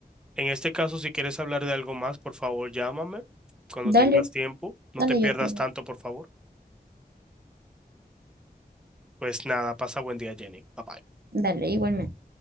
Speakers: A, in the centre; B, on the right.
A: en este caso, si quieres hablar de algo más, por favor, llámame cuando
B: dale,
A: tengas tiempo. No
B: dale,
A: te pierdas
B: yo te digo.
A: tanto, por favor. Pues nada, pasa buen día, Jenny. Bye bye.
B: Dale, igualmente.